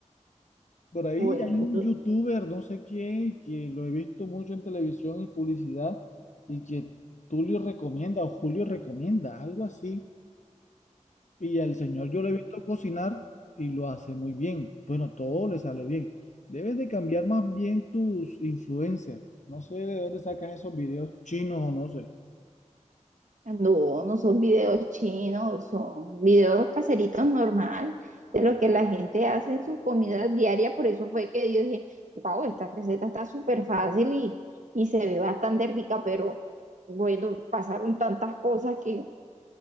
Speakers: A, on the left (about 70°); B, on the right (about 75°).
A: Por ahí
B: Bueno,
A: hay
B: entonces,
A: un youtuber, no sé quién, que lo he visto mucho en televisión y publicidad, y que Tulio recomienda o Julio recomienda, algo así Y al señor yo lo he visto cocinar y lo hace muy bien. Bueno, todo le sale bien. Debes de cambiar más bien tus influencers. No sé de dónde sacas esos videos chinos o no sé.
B: No, no son videos chinos, son videos caseritos normal, de lo que la gente hace en sus comidas diarias. Por eso fue que yo dije, wow, esta receta está súper fácil y, y se ve bastante rica, pero bueno, pasaron tantas cosas que,